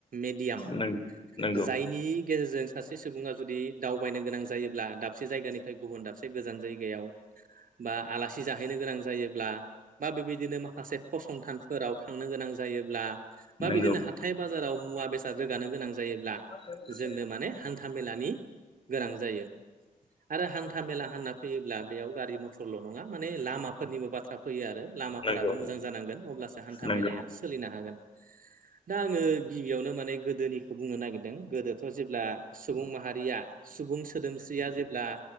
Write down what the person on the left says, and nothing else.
नंगौ
नंगौ
ज
नंगौ
नंगौ